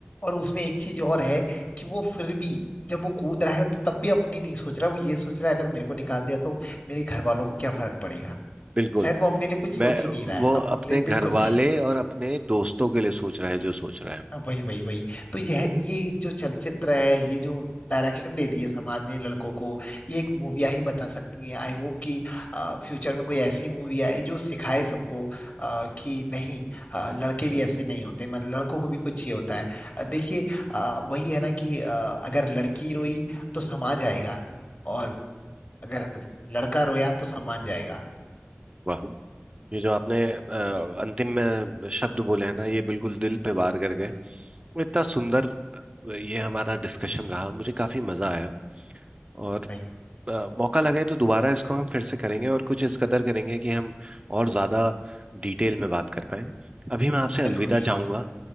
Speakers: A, on the left; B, on the right.
A: और उसमें एक चीज और है कि वो फिर भी जब वो कूद रहा है तो तब भी अपनी नहीं सोच रहा वो ये सोच रहा है अगर मेरे को निकाल दिया तो मेरे घर वालों को क्या फर्क पड़ेगा
B: बिल्कुल
A: शायद वो अपने लिए कुछ सोच
B: मैं
A: ही नहीं रहा है
B: वो
A: अपने
B: अपने
A: लिए
B: घर
A: बिल्कुल
B: वाले और अपने दोस्तों के लिए सोच रहा है जो सोच रहा है
A: हाँ, वही वही वही तो यह ये जो चलचित्र है ये जो डायरेक्शन दे दी है समाज ने लड़कों को ये एक मूवियाँ ही बता सकती हैं आई होप कि फ्यूचर में कोई ऐसी मूवी आए जो सिखाए सबको अ, कि नहीं अ, लड़के भी ऐसे नहीं होते मतलब लड़कों को भी कुछ ही होता है अ, देखिए अ, वही है ना कि अ, अगर लड़की रोई तो समाज आएगा और अगर लड़का रोया तो सम्मान जाएगा
B: वाह ये जो आपने अ, अंतिम में शब्द बोले हैं ना ये बिल्कुल दिल पे वार कर गए इतना सुंदर ये हमारा डिस्कशन रहा मुझे काफी मजा आया और
A: भाई
B: अ, मौका लगे तो दोबारा इसको हम फिर से करेंगे और कुछ इस कदर करेंगे कि हम और ज्यादा डिटेल में बात कर पाए अभी मैं आपसे
A: बिल्कुल
B: अलविदा
A: बिल्कुल
B: चाहूंगा